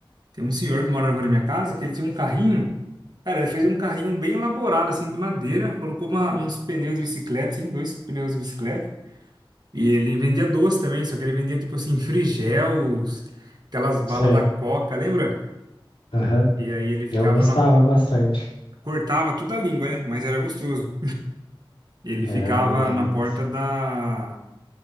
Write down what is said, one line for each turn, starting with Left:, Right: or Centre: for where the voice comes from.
Right: Tem um senhor que mora na rua da minha casa, que ele tinha um carrinho. Cara, ele fez um carrinho bem elaborado, assim, de madeira. Colocou uma- uns pneus de bicicleta, assim, dois pneus de bicicleta. E ele vendia doce também, só que ele vendia, tipo assim, frigels, aquelas balas
Left: Sim.
Right: da Coca, lembra?
Left: Aham.
Right: E aí ele ficava
Left: Eu gostava
Right: na...
Left: bastante.
Right: Cortava tudo a língua, né? Mas era gostoso. Ele
Left: E
Right: ficava
Left: era bom demais.
Right: na porta da...